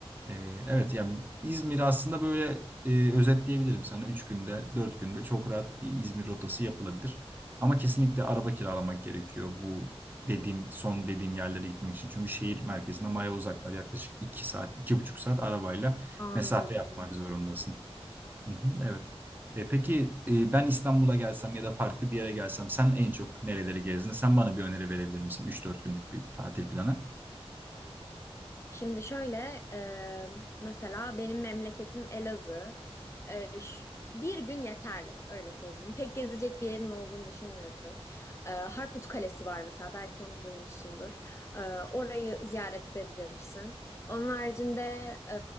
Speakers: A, on the right (about 20°); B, on the left (about 25°).
A: Ee, evet yani İzmir aslında böyle e, özetleyebilirim sana. üç günde, 4 günde çok rahat bir İzmir rotası yapılabilir. Ama kesinlikle araba kiralamak gerekiyor bu dediğim son dediğim yerlere gitmek için. Çünkü şehir merkezinden bayağı uzaklar. Yaklaşık 2 saat, iki buçuk saat arabayla
B: Anladım.
A: mesafe yapmak zorundasın. Hı hı, evet. E, peki e, ben İstanbul'a gelsem ya da farklı bir yere gelsem sen en çok nereleri gezdin? Sen bana bir öneri verebilir misin? üç dört günlük bir tatil planı.
B: Şimdi şöyle e, mesela benim memleketim Elazığ. E, ş- bir gün yeterli öyle söyleyeyim. Pek gezecek bir yerin olduğunu düşünmüyorum. E, Harput Kalesi var mesela belki onu duymuşsundur. E, orayı ziyaret edebilirsin. Onun haricinde e,